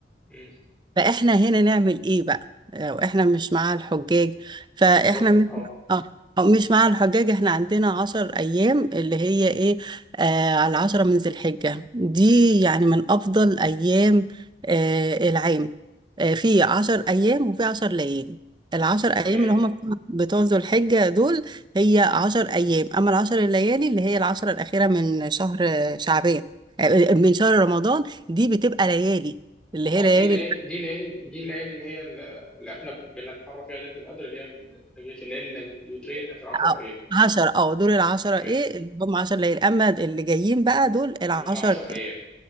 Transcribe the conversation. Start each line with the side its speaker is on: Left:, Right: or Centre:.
Centre: مم،
Right: فاحنا هنا نعمل ايه بقى لو احنا مش مع الحجاج فاحنا
Centre: بالظبط
Right: مش
Centre: اه
Right: اه أو مش مع الحجاج احنا عندنا عشر ايام اللي هي ايه آه على العشرة من ذي الحجة دي يعني من افضل ايام آه العام آه في عشر ايام وفي عشر ليالي العشر ايام
Centre: تمام
Right: اللي هم بتوع بتوع ذو الحجة دول هي عشر ايام اما العشر الليالي اللي هي العشرة الاخيرة من شهر شعبان آه، من شهر رمضان دي بتبقى ليالي اللي
Centre: اه
Right: هي ليالي
Centre: دي الليالي دي الليالي دي الليالي اللي هي اللي احنا بن- بنتحرى فيها ليله القدر اللي هي تمريره الليالي الوتريه في اخر 10
Right: أو
Centre: ايام
Right: عشرة اه دول العشرة
Centre: تمام
Right: ايه اللي هم عشر ليالي اما اللي جايين بقى دول العشر
Centre: اللي هم 10 ايام